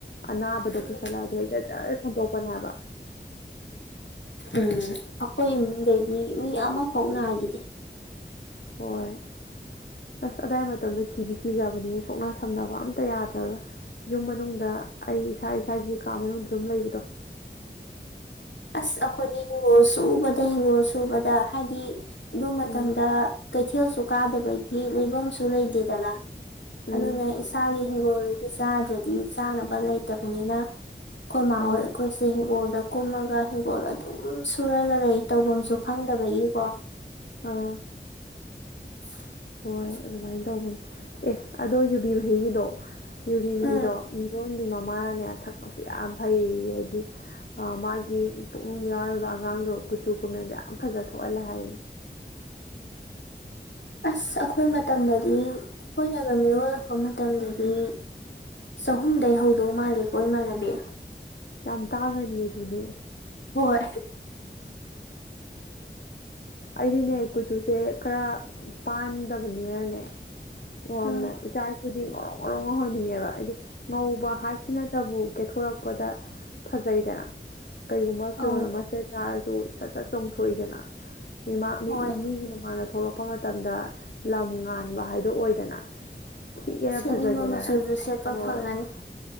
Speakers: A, on the left; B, on the left.
A: ꯑꯅꯥꯕꯗꯣ
B: ꯎꯝ
A: ꯄꯨꯁꯜꯂꯛꯑꯗꯤ ꯍꯛꯇ ꯖꯔ ꯁꯟꯗꯣꯛꯄꯅꯦ ꯍꯥꯏꯕ
B: ꯎꯝ ꯑꯩꯈꯣꯏ ꯏꯃꯨꯡꯗꯒꯤ ꯃꯤ ꯑꯃꯐꯧ ꯅꯈꯤꯗꯦ
A: ꯍꯣꯏ ꯑꯁ ꯑꯗꯥꯏ ꯃꯇꯝꯗꯣ ꯀꯤꯗꯤ ꯀꯤꯖꯕꯅꯤꯍ‌ꯦ ꯁꯣꯛꯅ ꯁꯝꯅꯕ ꯑꯝꯇ ꯌꯥꯗ꯭ꯔꯒ ꯌꯨꯝ ꯃꯅꯨꯡꯗ ꯑꯩ ꯏꯁꯥ ꯏꯁꯥꯒꯤ ꯀꯥ ꯃꯅꯨꯡꯗ ꯑꯗꯨꯝ ꯂꯩꯕꯗꯣ
B: ꯑꯁ ꯑꯩꯈꯣꯏꯗꯤ ꯍꯤꯡꯒꯣꯜ ꯁꯨꯕꯗ ꯍꯤꯡꯒꯣꯜ ꯁꯨꯕꯗ ꯍꯥꯏꯗꯤ ꯑꯗꯨ ꯃꯇꯝꯗ
A: ꯎꯝ
B: ꯀꯩꯊꯦꯜꯁꯨ ꯀꯥꯗꯕꯒꯤ ꯂꯩꯐꯝ ꯁꯨ ꯂꯩꯇꯦꯗꯅ
A: ꯎꯝ
B: ꯑꯗꯨꯅ
A: ꯎꯝ
B: ꯏꯁꯥꯒꯤ ꯍꯤꯡꯒꯣꯜ ꯆꯥꯗ꯭ꯔꯗꯤ ꯆꯥꯅꯕ ꯂꯩꯇꯕꯅꯤꯅ ꯑꯩꯈꯣꯏ ꯃꯥ
A: ꯍꯣꯏ
B: ꯈꯣꯏ ꯑꯩꯈꯣꯏꯁꯨ ꯍꯤꯡꯒꯣꯜꯗ ꯀꯨꯝꯃꯒ ꯍꯤꯡꯒꯣꯜ ꯑꯗꯨꯝ ꯁꯨꯔꯒ ꯂꯩ ꯇꯧꯐꯝꯁꯨ ꯈꯪꯗꯕꯒꯤꯀꯣ
A: ꯑꯥ
B: <inaudible>
A: ꯍ‌ꯣꯏ ꯑꯗꯨꯃꯥꯏꯅ ꯇꯧꯕꯅꯦ ꯑꯦ ꯑꯗꯣ ꯌꯨꯕꯤ ꯃꯍꯤꯒꯤꯗꯣ ꯌꯨꯕꯤ ꯃꯍꯤꯗꯣ
B: ꯎꯝ
A: ꯃꯤꯔꯣꯟꯕꯤ ꯃꯃꯥꯅꯅꯦ ꯊꯛꯄꯁꯨ ꯌꯥꯝ ꯐꯩ ꯍꯥꯏꯗꯤ ꯑꯥ ꯃꯥꯒꯤ ꯄꯨꯛꯅꯨꯡꯗ ꯌꯥꯎꯔꯤꯕ ꯑꯉꯥꯡꯗꯣ ꯀꯨꯆꯨ ꯀꯨꯝꯃꯦꯟꯗꯣ ꯌꯥꯝ ꯐꯖ ꯊꯣꯛꯍꯜꯂꯦ ꯍꯥꯏꯌꯦ
B: ꯑꯁ ꯑꯩꯈꯣꯏ ꯃꯇꯝꯗꯗꯤ ꯑꯩꯈꯣꯏꯅꯒ ꯃꯤꯔꯣꯜꯂꯛꯄ ꯃꯇꯝꯗꯗꯤ ꯆꯍꯨꯝꯗꯩ ꯍꯧꯗꯧ ꯃꯥꯜꯂꯤꯀꯣ ꯏꯃꯥꯟꯅꯕꯤ
A: ꯌꯥꯝ ꯇꯥꯡꯒꯅꯤꯌ‌ꯦ ꯑꯗꯨꯗꯤ
B: ꯍꯣꯏ
A: ꯑꯩꯗꯤꯅꯦ ꯀꯨꯆꯨꯁꯦ ꯈꯔ ꯄꯥꯟꯗꯕꯅꯤꯅꯅꯦ ꯌꯥꯝꯅ
B: ꯎꯝ
A: ꯏꯆꯥ ꯏꯁꯨꯗꯤ ꯉꯧꯔ‌ꯣꯛ ꯉꯧꯔꯣꯛ ꯉꯧꯍꯟꯅꯤꯡꯉꯦꯕ ꯍꯥꯏꯗꯤ ꯉꯧꯕ ꯍꯥꯏꯁꯤꯅꯇꯕꯨ ꯀꯦꯊꯣꯔꯛꯄꯗ ꯐꯖꯩꯗꯅ ꯀꯩꯒꯨꯝꯕ ꯐꯤꯔꯣꯜ
B: ꯑꯧ
A: ꯑꯃ ꯁꯦꯠ ꯆꯥꯔꯁꯨ ꯁꯠ ꯁꯠ ꯆꯣꯡꯊꯣꯛꯏꯗꯅ ꯃꯤꯃꯥꯡ
B: ꯍꯣꯏ
A: ꯃꯤꯒꯤ ꯃꯃꯥꯟꯗ ꯊꯣꯛꯂꯛꯄ ꯃꯇꯝꯗ ꯂꯝ ꯉꯥꯟꯕ ꯍꯥꯏꯗꯣ ꯑꯣꯏꯗꯅ ꯊꯤꯒꯦꯔ
B: ꯁꯦꯠꯅꯤꯡꯕ
A: ꯐꯖꯒꯦꯔ
B: ꯃꯆꯨꯁꯨ ꯁꯦꯠꯄ
A: ꯍ‌ꯣꯏ
B: ꯐꯪꯉꯅꯤ